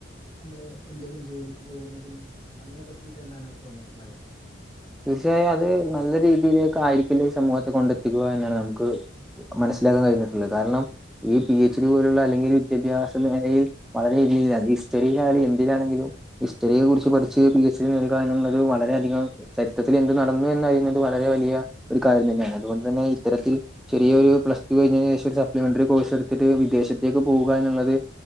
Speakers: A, on the left (about 30°); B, in the centre.
A: നമ്മള് എന്തേലും ജോലിക്ക് പോകുന്നതിൽ അയ്നെ പറ്റീട്ട് എന്താണ് തോന്നീട്ട്ണ്ടാവാ
B: തീർച്ചയായും അത് നല്ല രീതിയിലേക്ക് ആയിരിക്കില്ല ഈ സമൂഹത്തെ കൊണ്ടെത്തിക്കുക എന്നാണ് നമുക്ക് മനസ്സിലാക്കാൻ കഴിഞ്ഞിട്ടുള്ളത് കാരണം ഈ പി എച്ച് ഡി പോലുള്ള അല്ലെങ്കിൽ വിദ്യാഭ്യാസ നിലയിൽ വളരെ ഈ രീതിയിൽ അത് ഹിസ്റ്ററിയിലായാലും എന്തിനാണെങ്കിലും ഹിസ്റ്ററിയെ കുറിച്ച് പഠിച്ച് പി എച്ച് ഡി നേടുക എന്നുള്ളത് വളരെയധികം ചരിത്രത്തിൽ എന്തു നടന്നു എന്നറിയുന്നത് വളരെ വലിയ ഒരു കാര്യം തന്നെയാണ് അതുകൊണ്ടു തന്നെ ഇത്തരത്തിൽ. ചെറിയ ഒരു പ്ലസ് ടു കഴിഞ്ഞതിന് ശേഷം ഒരു സപ്ലിമെന്ററി കോഴ്സ് എടുത്തിട്ട് വിദേശത്തേക്ക് പോവുക എന്നുള്ളത്.